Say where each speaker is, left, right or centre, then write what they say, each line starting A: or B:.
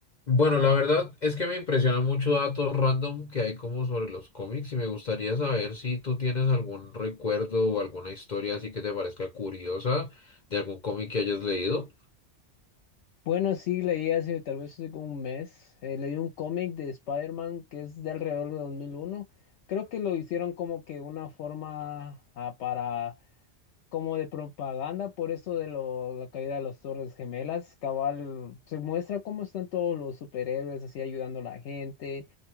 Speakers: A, on the left (about 45°); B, on the left (about 70°).
A: Bueno, la verdad es que me impresionan mucho datos random que hay como sobre los cómics y me gustaría saber si tú tienes algún recuerdo o alguna historia así que te parezca curiosa de algún cómic que hayas leído.
B: Bueno, sí, leí hace tal vez hace como un mes, eh, leí un cómic de Spider-Man que es de alrededor de 2001. Creo que lo hicieron como que una forma ah, para, como de propaganda, por eso de lo- la caída de las Torres Gemelas. Cabal, se muestra cómo están todos los superhéroes así ayudando a la gente,